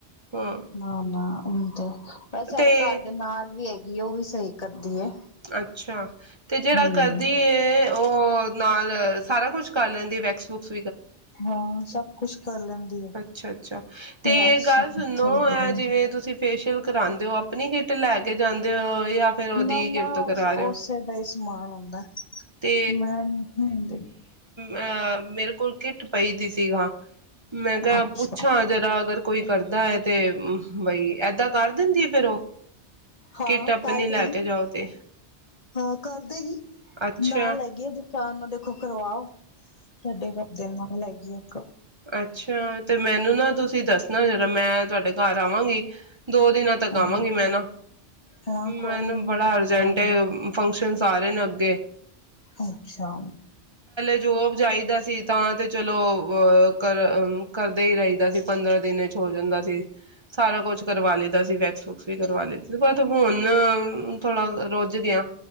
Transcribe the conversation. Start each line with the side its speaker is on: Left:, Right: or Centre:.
Right: ਹਾਂ
Left: ਨਾਂ ਨਾਂ ਉਹੀ ਤੇ, ਪਰ ਸਾਡੇ
Right: ਤੇ
Left: ਘਰ ਦੇ ਨਾਲ ਵੀ ਕੀ ਉਹ ਵੀ ਸਹੀ ਕਰਦੀ ਏ
Right: ਅੱਛਾ ਤੇ ਤੇ ਜਿਹੜਾ
Left: ਹੂੰ
Right: ਕਰਦੀ ਹੈ ਓਹ ਨਾਲ ਸਾਰਾ ਕੁਛ ਕਰਨਾ ਹੈ ਇਹਦੀ ਵੈਕਸ ਵੁਕਸ
Left: ਹਾਂ ਸਭ ਕੁਛ ਕਰ ਲੈਂਦੀ ਏ।
Right: ਅੱਛਾ-ਅੱਛਾ ਤੇ
Left: ਵੈਕਸੀਨ
Right: ਗੱਲ ਸੁਨੋ
Left: ਤੇ ਦੇਣਗੇ
Right: ਇਹ ਜਿਵੇਂ ਤੁਸੀ ਫੇਸ਼ੀਅਲ ਕਰਾਉਂਦੇ ਹੋ ਅਪਨੀ ਕਿਟ ਲਏ ਕੇ ਜਾਂਦੇ ਹੋ ਜਾਂ ਫਿਰ ਉਹਦੀ
Left: ਨਾ
Right: ਕਿੱਟ
Left: ਨਾ
Right: ਤੋਂ ਕਰਾ ਰਹੇ
Left: ਓਸੇ
Right: ਹੋ
Left: ਦਾ ਹੀ ਸਮਾਨ ਹੁੰਦਾ ਹੈ
Right: ਤੇ
Left: ਮੈਂ ਨਹੀਂ <inaudible>
Right: ਆਹ ਮੇਰੇ ਕੋਲ ਕਿਟ ਪਈ ਦੀ ਸੀ ਗਹਾਂ। ਮੈਂ ਕਿਹਾ
Left: ਅੱਛਾ
Right: ਪੁੱਛਾਂ ਜਰਾ ਅਗਰ ਕੋਈ ਕਰਦਾ ਹੈ ਤੇ ਉਮ ਬਈ ਏਦਾਂ ਕਰ ਦਿੰਦੀ ਹੈ ਫਿਰ ਉਹ
Left: ਹਾਂ
Right: ਕਿੱਟ ਆਪਣੀ
Left: ਕਰ
Right: ਲੈ
Left: ਦੇਗੀ
Right: ਕੇ ਜਾਓ ਤੇ
Left: ਹਾਂ ਕਰ ਦੇਗੀ
Right: ਅੱਛਾ
Left: ਨਾਲ ਹੈਗੀ ਐ ਦੁਕਾਨ ਓਹਦੇ ਕੋਲ ਕਰਵਾਓ। ਸਾਡੇ <unintelligible> ਜੇ ਕ
Right: ਅੱਛਾਂ ਤੇ ਮੈਨੂੰ ਨਾਂ ਤੁਸੀ ਦਸਨਾ ਜਰ ਜਦ ਮੈਂ ਤੁਹਾਡੇ ਘਰ ਆਵਾਂਗੀ। ਦੋ ਦਿਨਾਂ ਤਕ ਆਵਾਂਗੀ
Left: ਹਾਂ
Right: ਮੈਂ ਨਾ
Left: ਹਾਂ ਕੋਈ
Right: ਮੈਨੂੰ
Left: ਨੀ
Right: ਬੜਾ
Left: ਜ਼ਰੂਰ
Right: ਅਰਜੇਂਟ
Left: ਆਉਣਾ
Right: ਹੈ ਫੰਕਸ਼ਨਸ ਆ ਰਹੇ ਨੇਂ ਓ ਤੇ
Left: ਅੱਛਾ
Right: ਜੋਬ ਜਾਈਦਾ ਸੀ ਤਾਂ ਤੇ ਚਲੋ ਉਹ ਕਰ ਅ ਕਰਦੇ ਈ ਰਹੀਦਾ ਸੀ ਪੰਦ੍ਰਹ ਦਿਨਾਂ ਇਚ ਹੋ ਜਾਂਦਾ ਸੀ। ਸਾਰਾ ਕੁਛ ਕਰਵਾ ਲਈਦਾ ਸੀ ਵੈਕਸ ਵੁਕ੍ਸ ਵੀ ਕਰਵਾ ਦਾ ਸੀ ਤੇ ਹੁੰਨ ਥੋੜਾ ਰੁਝ ਦੀਆ